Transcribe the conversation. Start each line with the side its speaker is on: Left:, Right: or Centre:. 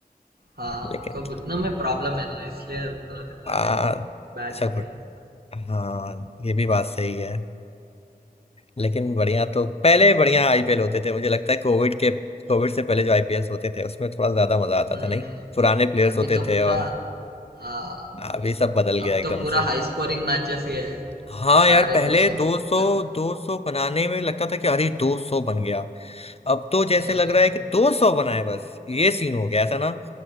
Right: हाँ उनको
Left: लेकिन
Right: घुटनों में प्रॉब्लम है ना इसलिए उतना ज्यादा
Left: आ,
Right: नहीं बैटिंग
Left: अच्छा गुड
Right: के लिए
Left: हाँ ये भी बात सही है लेकिन बढ़िया तो पहले बढ़िया आईपीएल होते थे मुझे लगता है कोविड के कोविड से पहले जो आईपीएल होते थे उसमें थोड़ा ज्यादा मजा आता
Right: हम्म
Left: था नहीं पुराने प्लेयर्स
Right: अभी
Left: होते
Right: तो
Left: थे
Right: पूरा
Left: और
Right: हाँ
Left: अभी सब बदल गया
Right: अब
Left: एकदम
Right: तो पूरा
Left: से
Right: हाई स्कोरिंग मैचेस ही है
Left: हाँ
Right: साढ़े
Left: यार पहले
Right: दो सौ
Left: 200
Right: के ऊपर
Left: 200 बनाने में लगता था कि अरे 200 बन गया अब तो जैसे
Right: हाँ
Left: लग रहा है कि 200 बनाए बस ये सीन हो गया ऐसा ना